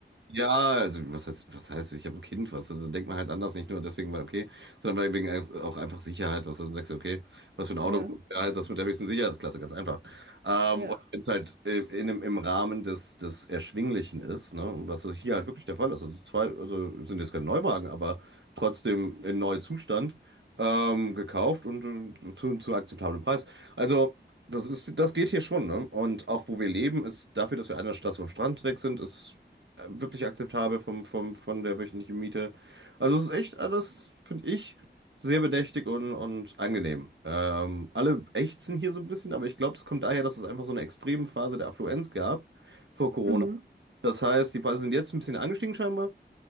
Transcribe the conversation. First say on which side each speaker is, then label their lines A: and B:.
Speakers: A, on the right; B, on the right.
A: ja, also was heißt, was heißt, ich habe ein Kind, was? Da denkt man halt anders, nicht nur deswegen, weil okay, sondern weil wegen ein- auch einfach Sicherheit, was du sagst, okay, was für ein Auto,
B: Ja,
A: ja, halt das mit der höchsten Sicherheitsklasse, ganz einfach. Ähm,
B: ja.
A: und wenn es halt äh, in, einem- im Rahmen des, des Erschwinglichen ist, ne, und was hier halt wirklich der Fall ist, also zwei, also sind jetzt keine Neuwagen, aber trotzdem in neuem Zustand ähm, gekauft und äh, zu, zu akzeptablem Preis. Also das ist, das geht hier schon, ne? Und auch wo wir leben, ist dafür, dass wir einer Straße vom Strand weg sind, ist wirklich akzeptabel vom, vom, von der wöchentlichen Miete. Also es ist echt alles, finde ich, sehr bedächtig und, und angenehm. Ähm, alle ächzen hier so ein bisschen, aber ich glaube, das kommt daher, dass es einfach so eine extreme Phase der Affluenz gab vor Corona.
B: Mhm.
A: Das heißt, die Preise sind jetzt ein bisschen angestiegen scheinbar.